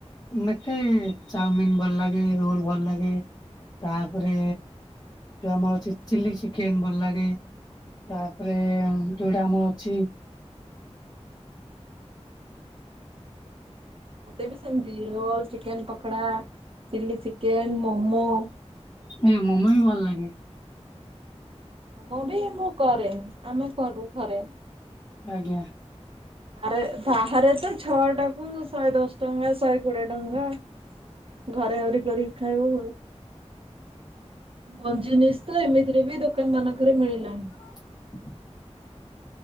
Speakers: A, on the left; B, on the right.
A: ମୋତେ ଚାଉମିିନ୍ ଭଲ ଲାଗେ, ରୋଲ୍ ଭଲ ଲାଗେ। ତାପରେ ଯୋଉ ଆମର ଅଛି ଚିଲି ଚିକେନ୍ ଭଲ ଲାଗେ। ତାପରେ ଯୋଉଟା ଆମର ଅଛି
B: ମୋତେ ବି ସେମତି roll, chicken pakora, chilli chicken, momo.
A: ଏ ମୋମୋ ହିଁ ଭଲ ଲାଗେ।
B: ମୁଁ ବି ମୁଁ କରେ ଆମେ କରୁ ଘରେ।
A: ଆଜ୍ଞା।
B: ଆରେ ବାହାରେ ତ ଛଅ ଟାକୁ ଶହେ ଦଶ ଟଙ୍କା ଶହେ କୋଡିଏ ଟଙ୍କା। ଘରେ ଆହୁରି କରିକି ଖାଇବୁ ଭଲ। ମଞ୍ଜୁନିସ୍ ତ ଏମିତିରେ ବି ଦୋକାନ ମାନଙ୍କରେ ମିଳିଲାଣି।
A: <inaudible>